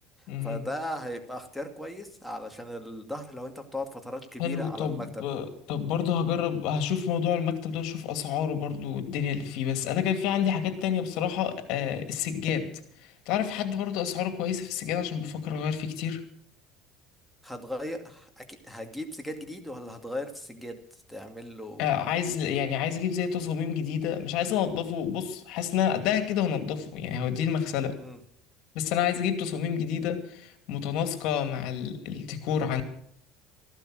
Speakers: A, on the left; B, in the centre.
A: مهم.
B: فده هيبقى اختيار كويس علشان الظهر لو انت بتقعد فترات كبيرة
A: حلو
B: على
A: طب
B: المكتب
A: طب برضه هجرب هشوف موضوع المكتب ده واشوف اسعاره برضه والدنيا اللي فيه بس انا كان في عندي حاجات تانية بصراحة آه السجاد تعرف حد برضه اسعاره كويسة في السجاد عشان بفكر اغير فيه كتير
B: هتغير اكيد هتجيب سجاد جديد ولا هتغير في السجاد تعمل له
A: آه عايز يعني عايز اجيب زي تصاميم جديدة مش عايز انضفه بص حاسس ان أنا ده كده هنضفه يعني هوديه المغسلة
B: مم.
A: بس انا عايز اجيب تصاميم جديدة متناسقة مع ال- الديكور عندي